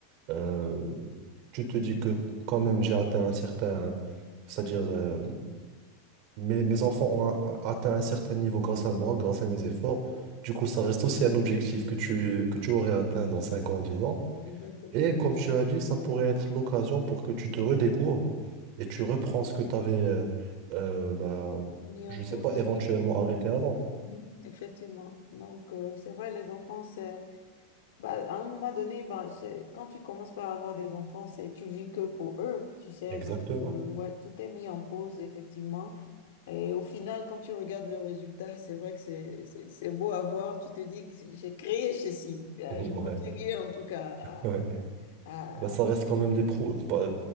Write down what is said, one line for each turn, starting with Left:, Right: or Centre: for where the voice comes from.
Right: euh,
Left: Mhm.
Right: tu te dis que quand même, j'ai atteint un certain, c'est-à-dire, euh, mes, mes enfants ont un- atteint un certain niveau grâce à moi, grâce à mes efforts. Du coup, ça reste aussi un objectif que tu, que tu aurais atteint dans 5 ans, 10 ans.
Left: Exactement.
Right: Et comme tu as dit, ça pourrait être l'occasion pour que tu te redécouvres et tu reprends ce que tu avais, euh, euh, bah,
Left: Mis
Right: je
Left: en pause.
Right: sais pas, éventuellement arrêté avant.
Left: Mhm. Effectivement. Donc, euh, c'est vrai, les enfants, c'est... Bah, à un moment donné, bah, c'est- quand tu commences par avoir des enfants, c'est tu vis que pour eux, tu sais.
Right: Exactement.
Left: Donc, euh, ouais, tout est mis en pause, effectivement. Et au final, quand tu regardes le résultat, c'est vrai que c'est c'est- c'est beau à voir. Tu te dis que j'ai créé ceci. Euh,
Right: <laughs>
Left: J'ai
Right: Ouais,
Left: contribué, en tout cas, à...
Right: ouais.
Left: à...
Right: Bah, ça
Left: à
Right: reste quand même des pro. pas-